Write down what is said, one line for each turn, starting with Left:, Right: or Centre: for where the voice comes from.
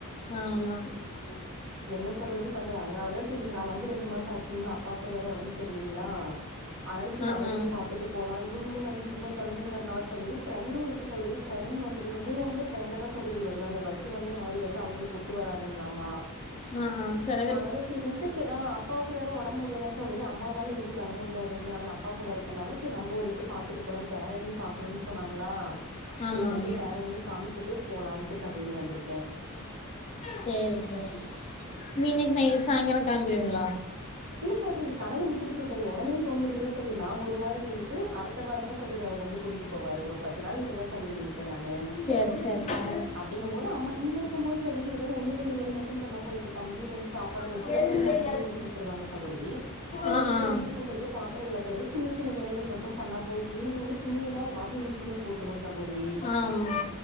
Left: ஆமா
Right: இய்ய என்ன சகோதரி பண்றது அதனாலதா செரி இப்ப நா வந்து ரெண்டு மாச ஆச்சுங்ளா அப்பாவுக்கு வேற ஒடம்பு செரி இல்லீங்ளா அதா செரி
Left: ஆ
Right: அவரையு
Left: ஆ
Right: பாத்துட்டு போலா இவுங்களு வந்து இவ்ளோ தொலைவுங்கறனால சகோதரி ட்ரெயினு இருக்கு சகோதரி ட்ரெயின் வந்ததுல இவுங்க வந்து ட்ரெயின்ல தா சகோதரி வருவாங்க பஸ் வந்து மாறி வருது அவுங்களுக்கு ஒத்து வராதுங்களாமா
Left: ஆ ஆ செரி
Right: ஆனால செரின்ட்டு செரி ஆ அப்பாவுக்கு வேற உடம்பு முடியல சகோதரி அம்மாவால எங்கையு வர முடியாதுங்ளா அதனால அப் அப்பா கூட இருக்கனால செரி நம்போ ஒரு எட்டு பாத்துட்டு போலாம் பேரனையு பாக்கணுன்னு சொன்னாங்களா
Left: ஆமா
Right: சேரி வந்து
Left: ஆமா
Right: பேரனையு காமிச்சிட்டு போலாண்ட்டு சகோதரி வந்திருக்கே
Left: சேரி சேரி நீ இன்னைக்கி நைட்டு சாயங்காலோ கெளம்பிருவீங்ளா
Right: இல்ல சகோதரி கணவர் விட்டுட்டு போயிட்டாரு ஒடனே போக முடியாதுல சகோதரி நா ஒரு வார இருந்துட்டு அடுத் அடுத்த வாரோந்தா சகோதரி அவர் வந்து கூட்டிட்டு போவாரு ஒரு பத்து நாள் இங்கதா சகோதரி இருப்பே நானு
Left: சேர் சேர் சேரி
Right: அப்டிங்கபோது அம்மா இங்க இருக்கும் போது சகோதரி ஏதாது ஒன்னு ரெண்டு வேலை மட்டும் பண்ணா போது இப்ப தம்பிய வந்து சாப்பாடு
Left: சேரி
Right: ஒரு சில சமயம் அவுங்க அவுங்களே ஊட்டி விட்டுருவாங்க சகோதரி அவுங்களுக்கு
Left: ஆ ஆ
Right: ஏதாது வீடு கூட்டுறது பாத் த்தரம் வெளக்குறது சின்ன சின்ன வேலைகள் மட்டும் பண்ணா போது மீதி வந்து துணியெல்லா வாஷிங்மிஷின்லே போட்டுருவோ சகோதரி
Left: ஆமா